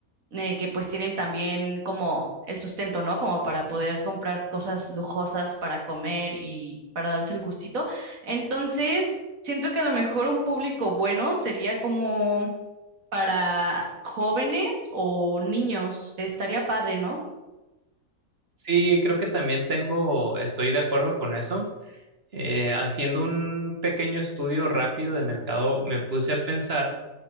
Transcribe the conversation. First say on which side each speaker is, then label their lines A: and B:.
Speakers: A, on the right; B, on the right.
A: eh, que pues tienen también como el sustento, ¿no? Como para poder comprar cosas lujosas para comer y para darse el gustito. Entonces, siento que a lo mejor un público bueno sería como para jóvenes o niños. Estaría padre, ¿no?
B: Sí, creo que también tengo, estoy de acuerdo con eso. Eh, haciendo un pequeño estudio rápido de mercado, me puse a pensar